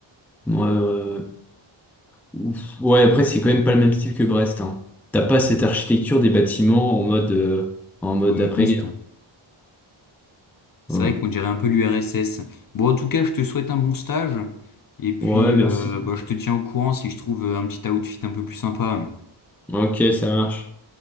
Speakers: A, in the centre; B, on the left.
A: ouais, ouais, ouais. Ouf. Ouais, après, c'est quand même pas le même style que Brest, hein. T'as pas cette architecture des bâtiments en mode, euh, en mode
B: Communistes.
A: après-guerre.
B: C'est
A: Ouais.
B: vrai qu'on dirait un peu l'URSS. Bon, en tout cas, je te souhaite un bon stage. Et puis,
A: Ouais, merci.
B: euh, bah, je te tiens au courant si je trouve euh, un petit outfit un peu plus sympa.
A: Ok, ça marche.